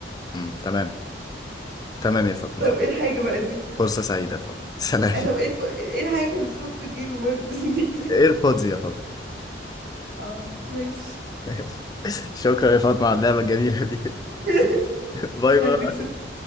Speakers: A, on the left; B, on the right.
A: امم تمام تمام يا فاطمه
B: طب
A: خط
B: ايه الحاجة بقى دي؟
A: فرصه سعيده يا فاطمه سلام
B: أه، طب ايه الف... ايه الحاجة اللي بتتحط في الجيب وبنزل بيها؟
A: <laughs> ايربودز يا فاطمه
B: <laughs> اه ماشي
A: <laughs> شكرا يا فاطمه على اللعبه الجميله دي <laughs>
B: <laughs>
A: باي باي
B: انا اللي كسبت